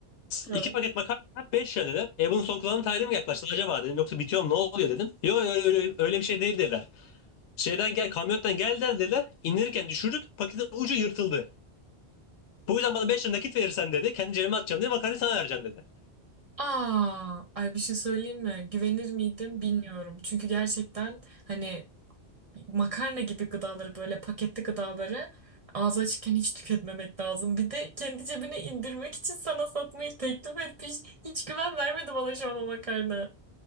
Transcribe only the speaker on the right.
Ha.
Aa, ay bir şey söyleyeyim mi? Güvenir miydim bilmiyorum. Çünkü gerçekten hani makarna gibi gıdaları böyle paketli gıdaları ağzı açıkken hiç tüketmemek lazım. Bir de kendi cebine indirmek için sana satmayı teklif etmiş. Hiç güven vermedi bana şu an o makarna.